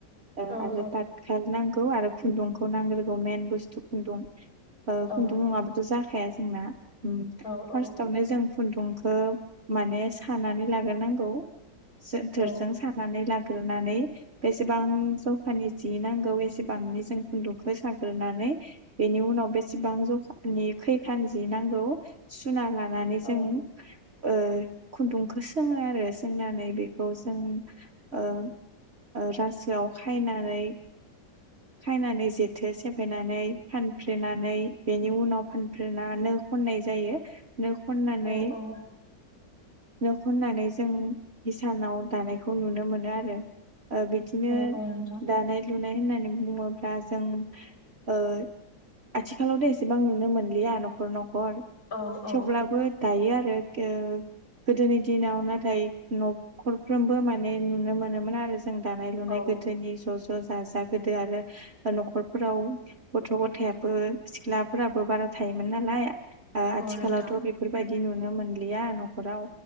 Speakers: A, on the right; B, on the left.
A: ओ
B: औ
A: आरो
B: औ
A: ताथखाल नांगौ आरो खुन्दुंखौ नांग्रोगौ मेन बुस्थु खुन्दुं ओ
B: औ
A: खुन्दुं नङाबाथ' जाखाया जोंना उम
B: औ
A: फार्सटावनो
B: औ
A: जों खुनदुंखो माने सानानै लाग्रोनांगौ जोनथोरजों
B: औ
A: सानानै लाग्रोनानै बेसेबां जखानि जि नांगौ एसेबांनि जों खुन्दुखो साग्रोनानै बेनि उनाव बेसेबां जखानि खैखान जि नांगौ सुना लानानै जों
B: औ
A: ओ खुन्दुंखौ सोङो आरो सोंनानै बेखौ जों ओ ओ रासोआव खायनानै खायनानै जेथो सेमफायनानै फानफ्रेना नै बेनि उनाव फानफ्रेना नो खनाय जायो नो खननानै
B: औ औ
A: नो खननानै जों हिसानाव दानायखौ नुनो मोनो आरो ओ बिदिनो
B: औ औ नोंथां
A: दानाय लुनाय होननानै बुङोब्ला जों ओ आथिखालावथ' एसेबां नुनो मोनलिया नखर नखर
B: औ औ
A: थेवब्लाबो दायो आरो <unintelligible> गोदोनि दिनाव नाथाय नखरफ्रोमबो माने नुनो मोनोमोन आरो जों दानाय लुनाय
B: औ
A: बे गोदोनि ज' ज' जाजा गोदो आरो ओ नखरफोराव गथ' गथाया बो सिख्लाफोराबो बारा थायोमोन नालाय ओ आथिखालावथ'
B: औ नोंथां
A: बे बेफोरबायदि नुनो मोनलिया नखराव